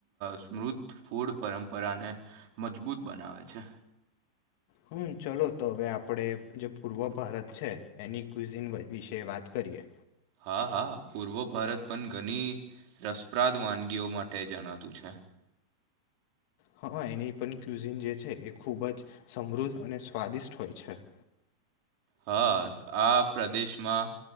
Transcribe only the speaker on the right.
સ્મૃદ્ધ ફૂડ પરંપરાને મજબૂત બનાવે છે.
હા હા પૂર્વ ભારત પણ ઘણી રસપ્રાદ વાનગીઓ માટે જણાતું છે,
હા આ પ્રદેશમાં